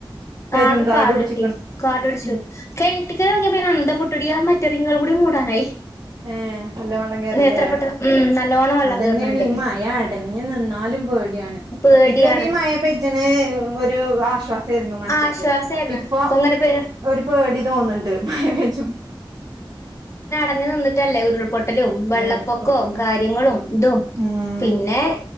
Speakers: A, on the right; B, on the left.
A: പെരുങ്കാട്
B: ആകെ കാട്
A: പുടിച്ച്ക്ക്ണ്
B: കെട്ടി കാട് പിടിച്ചു
A: ഉം
B: കിണറ്റ്ക്ക് നോക്കിയാപ്പ അന്ത മുട്ടടിയാ ആ മറ്റതിങ്ങൾ കൂടി മൂടാനായി
A: ഏ ഹ് എല്ലാം വള്ളം കേറില്ലേ
B: എത്ര പെട്ടെന്ന് ഉം നല്ലോണം വെള്ളം
A: അതന്നെയാണ്
B: കേറ്ണ് ണ്ട്
A: ഈ മഴ അടഞ്ഞു നിന്നാലും പോടിയാ
B: പേടിയാണ്
A: ഇതുവരയും മഴ പെയ്തിന് ഒരു ആശ്വാസം ആരുന്നു മനസ്ക്ക്
B: ആശ്വാസായിരുന്നു
A: ഇപ്പൊ
B: ഇങ്ങനെ പേ
A: ഒരു പേടി തോന്നുന്നുണ്ട് മച്ചും
B: അങ്ങനെ നിന്നട്ട് ല്ലേ ഉരുൾപൊട്ടലും വെള്ളപ്പൊക്കവും
A: ഉരുൾപൊട്ടലും
B: കാര്യങ്ങളും ഇതും
A: ഉം
B: പിന്നെ